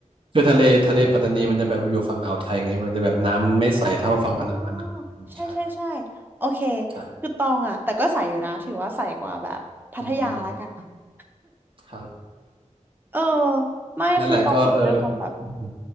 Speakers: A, on the right; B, on the right.
A: คือทะเลทะเลปัตตานีมันจะแบบอยู่ฝั่งอ่าวไทยไงมันจะแบบน้ำไม่ใสเท่าฝั่งอันดามันอ่ะอืมใช่
B: อ๋อใช่ใช่ใช่โอเค
A: ใช่
B: คือตองอะแต่ก็ใส่อยู่นะถือว่าใส่กว่าแบบพัทยาแล้วกันอะ
A: อืมอืมครับ
B: เออไม่คือตองแบบเป็นคนแบบ
A: <laughs> นั่นแหละก็เอออืม